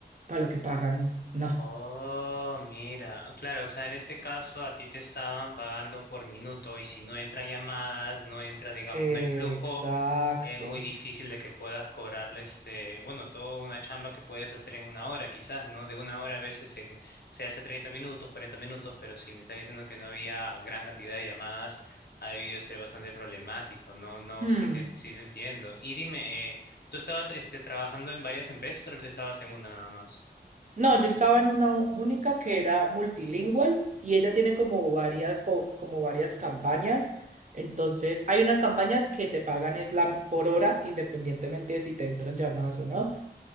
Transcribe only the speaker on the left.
Oh, mira, Oh, claro, o sea, en este caso a ti te estaban pagando por minuto y si no entra llamadas, no entra, digamos,
no hay flujo, es muy difícil de que puedas cobrarle este, bueno, toda una chamba que puedes hacer en una hora quizás, ¿no? De una hora a veces se, se hace 30 minutos, 40 minutos, pero si me está diciendo que no había gran cantidad de llamadas, ha debido ser bastante problemático, ¿no? No,
sí te, sí te entiendo. Y dime, eh, ¿tú estabas este, trabajando en varias empresas o solamente estabas en una nada más?